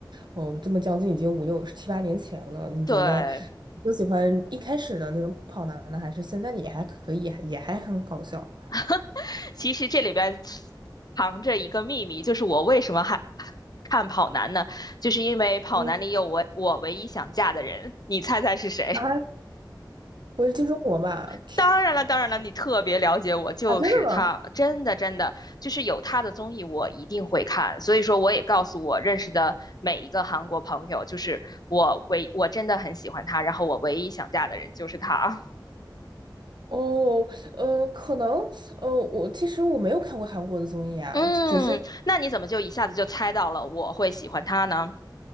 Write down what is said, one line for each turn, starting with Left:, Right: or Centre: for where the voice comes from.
Right: 哦这么将近已经五六七八年前了，你觉得
Left: 对，
Right: 更喜欢一开始的那种跑男呢，还是现在的也还可以，也还很搞笑？
Left: <laughs> 其实这里边藏着一个秘密，就是我为什么还看跑男呢？就是因为跑男里有我我唯一想嫁的人，
Right: 嗯
Left: 你猜猜是谁？
Right: 啊，不是金钟国吧？
Left: <laughs>
Right: <laughs>
Left: 当然了，当然了，你特别了解我，就是他，
Right: 啊，真的吗？
Left: 真的真的，就是有他的综艺我一定会看，所以说我也告诉我认识的每一个韩国朋友，就是我唯我真的很喜欢他，然后我唯一想嫁的人就是他。
Right: 哦，嗯、可能，呃，我其实我没有看过韩国的综艺啊，
Left: <laughs> 嗯，
Right: 只是。
Left: 那你怎么就一下子就猜到了我会喜欢他呢？